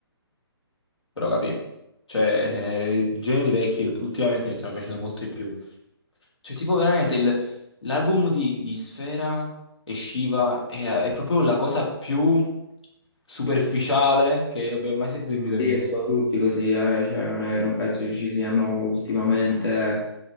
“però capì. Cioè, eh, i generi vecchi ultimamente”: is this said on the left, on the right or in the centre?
Left